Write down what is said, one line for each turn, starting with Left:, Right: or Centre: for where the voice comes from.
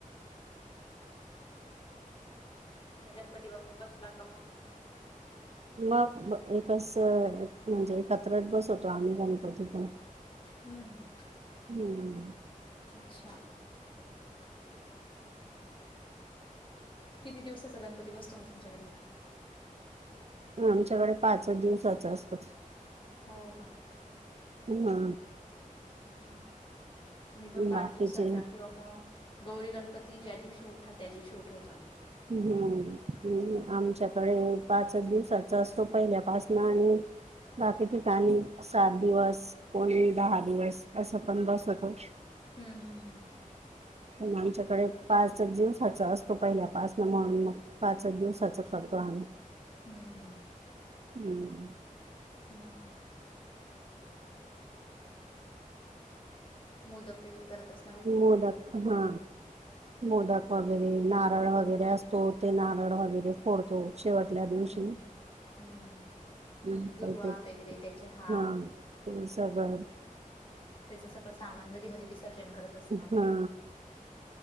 Left: आणि गणपती बाप्पा बसला का म
Right: मग एक अस म्हणजे एकत्रत बसवतो आम्ही गणपती पण
Left: हम्म
Right: हम्म
Left: अच्छा किती दिवसाचा गणपती बसतो मग तुमच्याकडे?
Right: आमच्याकडे पाचच दिवसाच असतो.
Left: हो का?
Right: हा.
Left: अच्छा! आम्ही पण पाच
Right: बाकीचे
Left: दिवसाचा किंवा मग गौरी गणपती ज्या दिवशी उठात त्या दिवशी उठवतो आम्ही.
Right: हम्म
Left: हम्म
Right: आमच्याकडे पाचच दिवसाचा असतो, पहिल्यापासन आणि बाकी ठिकाणी सात दिवस कोणी दहा दिवस असं पण बसवतो.
Left: हम्म हम् हम्.
Right: ण आमच्याकडे पाचच दिवसाचा असतो पहिल्या पाच न म्हणून मग पाचच दिवसाच करतो आम्ही.
Left: हम्म.
Right: हम्म
Left: हो का? मोदक वगैरे करत असत
Right: मोदक हा. मोदक वगैरे, नारळ वगैरे असतो. नारळ वगैरे फोडतो. शेवटल्या दिवशी
Left: हम्म हम्म
Right: का
Left: दुर्वा
Right: ते
Left: वगैरे त्याचे हार
Right: हा. <unintelligible>
Left: त्याच सगळं सामान नदीमध्ये विसर्जन करत असणार.
Right: हा.